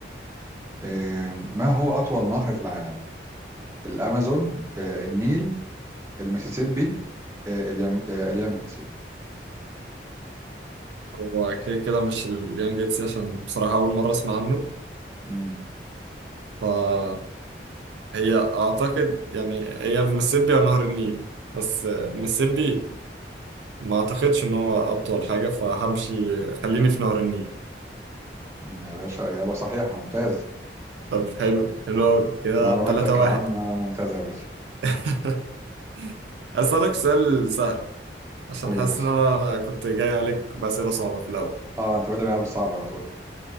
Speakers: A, on the right (about 15°); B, on the right (about 80°).
A: آه، ما هو أطول نهر في العالم الامازون آه، النيل المسيسيبي آه، اليانج... آه، اليانجتسي
B: هو كده كده مش اليانج جيتسي عشان بصراحة أول مرة أسمع عنه
A: مم.
B: فهي أعتقد يعني هي المسيسيبي أو نهر النيل بس المسيسيبي ما أعتقدش إن هو أطول حاجة فهمشي خليني في نهر النيل
A: يا باشا اجابه صحيحه ممتاز
B: طب حلو حلو أوي. كده
A: معلوماتك
B: تلاتة واحد
A: العامه ممتازه يا باشا
B: <laughs> أسألك سؤال سهل عشان
A: قول
B: حاسس
A: يا باشا
B: إن أنا كنت جاي عليك بأسئلة صعبة في الأول
A: اه انت بادئ معايا بالصعب على طول